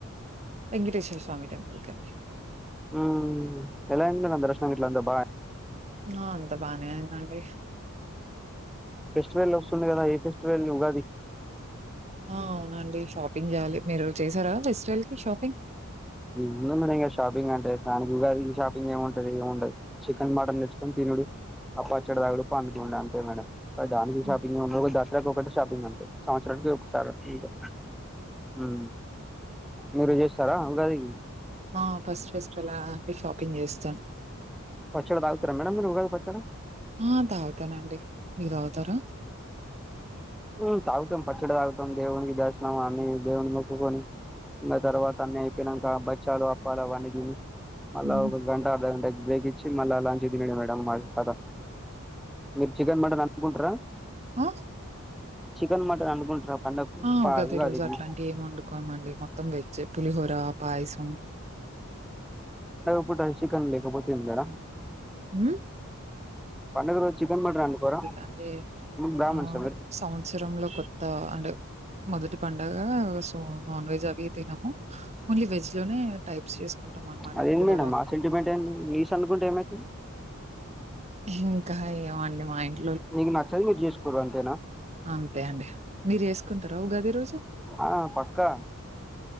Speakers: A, on the right (about 30°); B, in the centre.
A: వెంకటేశ్వర స్వామి టెంపుల్ కండి
B: ఉమ్ ఎలా అయ్యింది దర్శనం గిట్ల అంత బా
A: నో అంత బానే ఉందండి
B: టువల్ వస్తుంది కదా ఏ ఫెస్టివల్ ఉగాది
A: ఆ అవునండి షాపింగ్ చేయాలి మీరు చేసారా ఫెస్టివల్ కి షాపింగ్
B: ఏముందని మేడం ఇంక షాపింగ్ అంటే దానికి ఉగాదికి షాపింగ్ ఏమి ఉంటది ఏం ఉండదు చికెన్ మటన్ తెచ్చు కొని తినుడు ఆ పచ్చడి తాగుడు పండుకుండు అంతే మేడమ్ దానికి
A: హ్మ్.
B: షాపింగ్ ఉండుడు నెలకు ఒకటి షాపింగ్ అంతే సంవత్సరానికి ఒకసారి అంతే ఉమ్ మీరు చేస్ తరా ఉగాది
A: మా ఫస్ట్ ఫెస్టివల్ అండి షాపింగ్ చేస్తాను
B: పచ్చడి తాగుతారా మేడం ఉగాది పచ్చడి
A: ఆ తాగుతానండి మీరు తాగుతారా
B: ఉ తాగుతం పచ్చడి తాగుతం దేవుణ్ణి దర్శనం అన్ని దేవుణ్ణి మక్కుకొని ఇంగ తర్వాత అన్నీ అయ్యి నంకా బచ్చాలు అప్పాలు అవ్వన్ని తిని మళ్ళ
A: హ్మ్.
B: ఒక గంట అర్ద గంట బ్రేక్ ఇచ్చి మళ్ళ లంచ్ తినుడే మేడం మా కద మీరు చికెన్ మటన్ అనుకుంటరా
A: అ
B: చికెన్ మటన్ అనుకుంటరా పండక్కు
A: ఆ
B: పా
A: గది
B: ఉగాదికి
A: రోజు అట్లాంటివి ఏం వండుకోమండి మొత్తం వెజ్ పులిహోర పాయసం
B: ఒకపూట చికన్ లేకపోతే ఏం మేడం
A: ఉమ్
B: పండగ రోజు చికెన్ మటన్ వండుకోరా
A: అంటే
B: బ్రామ్హిన్స్
A: ఆహ్, సంవత్సరంలో కొత్త అంటే మొదటి పండగ సో నాన్వెజ్ అవి తినము ఓన్లీ వెజ్ లోనే టైప్స్ చేసుకుంటాం అన్నమాట
B: అదేంది
A: పులిహోర
B: మేడం ఆ సెంటిమెంట్ ఏంది నీస్ అనుకుంటే ఏమైతది
A: ఇంకా ఏమండి మా ఇంటి
B: మీకు నచ్చది మీరు చేసుకోరు అంతేనా
A: అంతే అండి. మీరు చేసుకుంటారా ఉగాది రోజు?
B: ఆ హ్ పక్కా